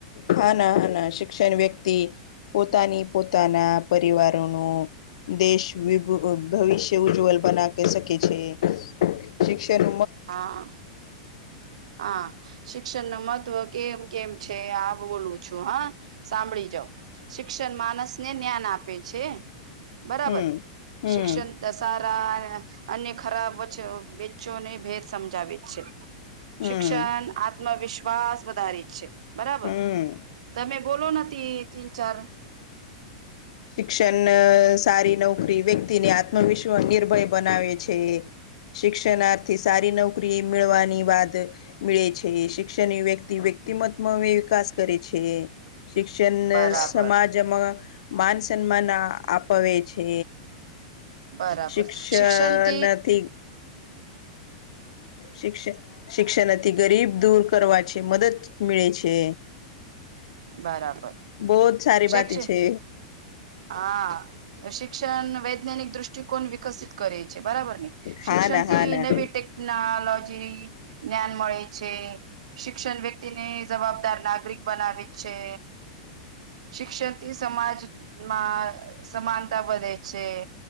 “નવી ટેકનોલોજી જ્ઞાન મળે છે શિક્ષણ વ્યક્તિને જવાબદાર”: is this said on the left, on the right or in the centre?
Right